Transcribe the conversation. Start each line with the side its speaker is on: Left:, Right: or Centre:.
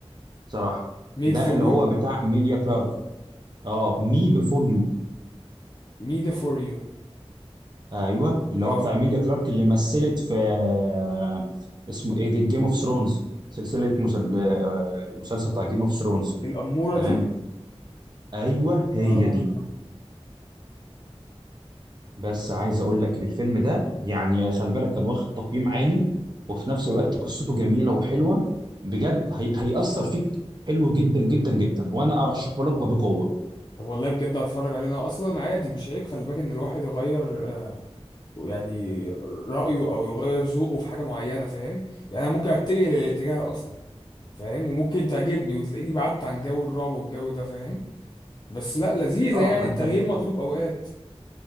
Right: صراحه
Left: ميد
Right: ده
Left: فور
Right: اللي هو
Left: يو
Right: بتاع ايميليا كلارك اه مي بيفور يو
Left: ميد فور يو
Right: ايوه اللي
Left: اه
Right: هو بتاع ميليا كلارك اللي مثلت في آه، اسمه ايه ده جيم اوف ثرونز سلسله مسل... آه، المسلسل بتاع جيم اوف ثرونز
Left: الاموره
Right: تمام
Left: دي
Right: ايوه هي
Left: اه
Right: دي بس عايز اقول لك الفيلم ده يعني خلي بالك كان واخد تقييم عالي وفي نفس الوقت قصته جميله وحلوه بجد هي... هيأثر فيك حلو جدا جدا جدا وانا ارشحه لك وبقوه
Left: طب والله بجد هتفرج عليه انا اصلا عادي مش عيب خلي بالك ان الواحد يغير آه، يعني رايه او يغير ذوقه في حاجه معينه فاهم يعني انا ممكن اتجه للاتجاه اصلا فاهم وممكن تعجبني وتلاقيني بعدت عن جو الرعب والجو ده فاهم بس لا لذيذه
Right: اه
Left: يعني
Right: حتى
Left: التغيير مطلوب اوقات